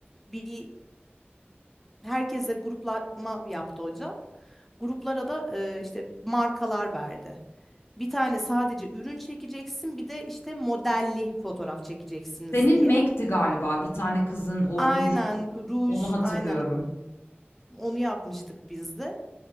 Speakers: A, in the centre; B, on the left (about 80°).
A: bir herkese gruplama yaptı hoca. Gruplara da e, işte markalar verdi. Bir tane sadece ürün çekeceksin, bir de işte modelli fotoğraf çekeceksiniz
B: Senin
A: diye.
B: Mac'ti galiba. Bir tane kızın o
A: Aynen
B: ruj
A: ruj,
B: onu hatırlıyorum.
A: aynen onu yapmıştık biz de.